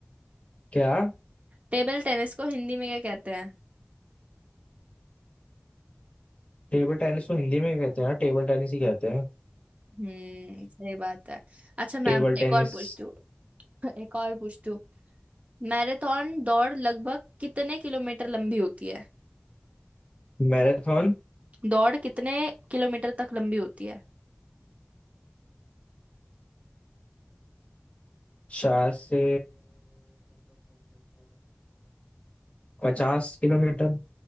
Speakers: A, on the left; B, on the right.
A: क्या
B: टेबल टेनिस को हिंदी में क्या कहते हैं
A: टेबल टेनिस को हिंदी में क्या कहते हैं टेबल टेनिस ही कहते हैं
B: हम्म सही बात है अच्छा मैं
A: Table
B: अब एक
A: tennis
B: और पूछती हूँ <laughs> एक और पूछती हूँ मैराथन दौड़ लगभग कितने किलोमीटर लंबी होती है
A: मैराथन
B: दौड़ कितने किलोमीटर तक लंबी होती है
A: शायद से पचास
B: बताओ।
A: किलोमीटर